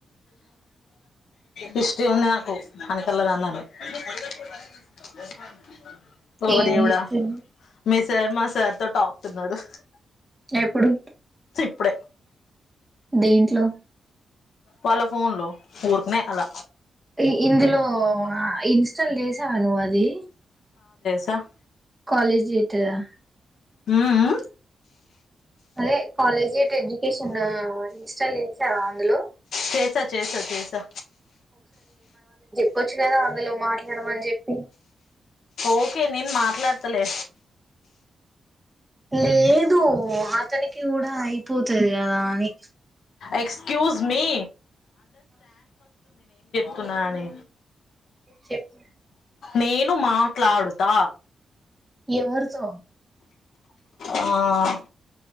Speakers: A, on the left (about 80°); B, on the right (about 15°).
A: హిస్ట్రీ ఉంది నాకు, అన్ని తెల్లగా <unintelligible> ఓ
B: ఏమి
A: దేవుడా!
B: హిస్టరీ
A: మీ సర్ మా సార్ తో టాకుతున్నాడు
B: ఎప్పుడు
A: ఇప్పుడే
B: దేంట్లో
A: వాళ్ళ ఫోన్లో ఉర్కనే అల
B: ఈ ఇందులో ఇన్స్టాల్ చేశావా నువ్వు అది
A: త
B: కాాలేజి <unintelligible>
A: ఉ ఉ
B: అదే కాలేజి కి ఎడ్యుకేషన్ ఇన్స్టాల్ చేశావా అందులో
A: చేసా చేసా చేసా
B: చెప్పచ్చు కదా అందులో మాట్లాడమని చెప్పి
A: ఓకే, నేను మాట్లాడతలే.
B: లేదు, అతనికి గూడా అయిపోతాది కదా అని.
A: ఎక్స్క్యూజ్ మీ తున్నానే.
B: చెప్పు
A: నేను, మా వృతా
B: ఎవరితో?
A: ఆ